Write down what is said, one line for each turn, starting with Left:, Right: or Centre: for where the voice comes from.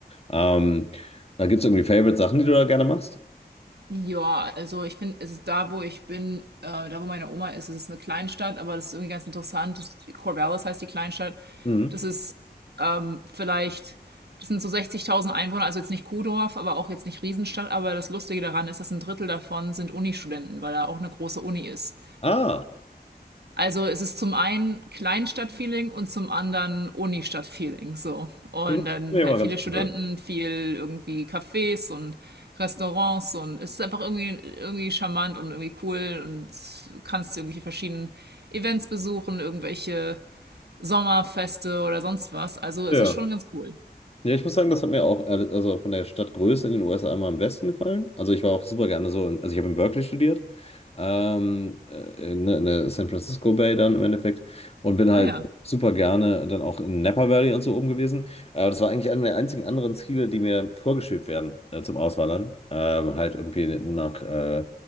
Left: Ähm, da gibt es irgendwie Favorite Sachen, die du da gerne machst?
Right: Ja, also ich finde, es ist da, wo ich bin, äh, da wo meine Oma ist, es ist eine Kleinstadt, aber das ist irgendwie ganz interessant. Das, Corvallis heißt die Kleinstadt
Left: Mhm.
Right: Das ist ähm, vielleicht, das sind so 60.000 Einwohner, also jetzt nicht Kuhdorf, aber auch jetzt nicht Riesenstadt. Aber das Lustige daran ist, dass ein Drittel davon sind Uni-Studenten, weil da auch eine große Uni ist.
Left: Ah,
Right: Also es ist zum einen Kleinstadt-Feeling und zum anderen Uni-Stadt-Feeling. So. Und
Left: das
Right: dann
Left: ist mir immer
Right: halt
Left: ganz
Right: viele Studenten,
Left: cool.
Right: viel irgendwie Cafés und Restaurants und es ist einfach irgendwie, irgendwie charmant und irgendwie cool und kannst irgendwelche verschiedenen Events besuchen, irgendwelche Sommerfeste oder sonst was. Also es
Left: Ja.
Right: ist schon ganz cool.
Left: Ja, ich muss sagen, das hat mir auch, äh, also von der Stadtgröße in den USA immer am besten gefallen. Also ich war auch super gerne so, in, also ich habe in Berkeley studiert, ähm, äh, in, ne, in der San Francisco Bay dann im Endeffekt und bin halt
Right: Ah ja.
Left: super gerne dann auch in Napa Valley und so oben gewesen. Aber das war eigentlich einer der einzigen anderen Ziele, die mir vorgeschwebt werden äh, zum Auswandern. Ähm, halt irgendwie nach, äh,